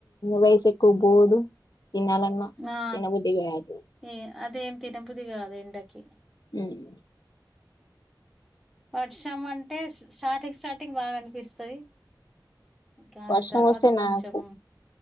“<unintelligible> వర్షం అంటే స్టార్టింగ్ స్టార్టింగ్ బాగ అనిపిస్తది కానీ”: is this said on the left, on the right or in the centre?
Centre